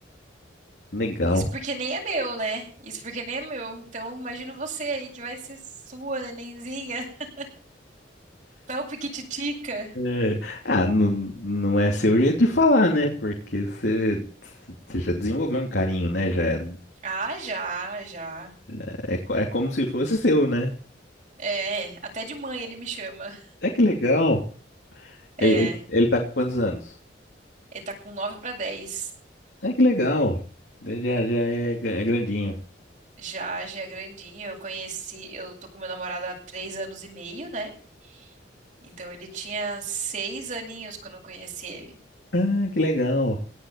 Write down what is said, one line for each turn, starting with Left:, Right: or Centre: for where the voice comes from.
Left: legal.
Right: Isso porque nem é meu, né? Isso porque nem é meu. Então, imagino você aí que vai ser sua, nenenzinha, <laughs> tão piquititica.
Left: É, ah, não, não é seu jeito de falar, né? Porque você você já desenvolveu um carinho, né? Já é,
Right: Ah, já, já.
Left: é, é co- é como se fosse seu, né?
Right: É, até de mãe ele me chama.
Left: É que legal.
Right: É,
Left: Ele, ele, ele tá com quantos anos?
Right: ele tá com 9 pra 10.
Left: É que legal. Ele Já, já é, é grandinho.
Right: Já, já é grandinho. Eu conheci, eu tô com meu namorado há 3 anos e meio, né? Então ele tinha 6 aninhos quando eu conheci ele.
Left: Ah, que legal.